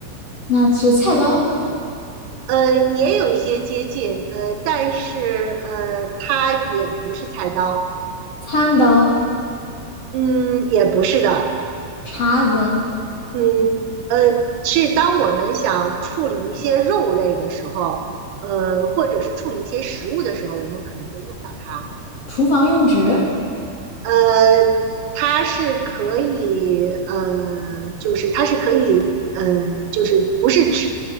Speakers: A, on the left; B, on the right.
A: 那是菜刀、
B: 呃，也有一些接近，呃，但是呃，它也不是菜刀，
A: 餐刀、
B: 嗯，也不是的，
A: 叉子。
B: 嗯，呃，是当我们想处理一些肉类的时候，呃，或者是处理一些食物的时候，我们可能会用到它。
A: 厨房用纸？
B: 呃，它是可以，呃，就是它是可以，呃，就是不是纸，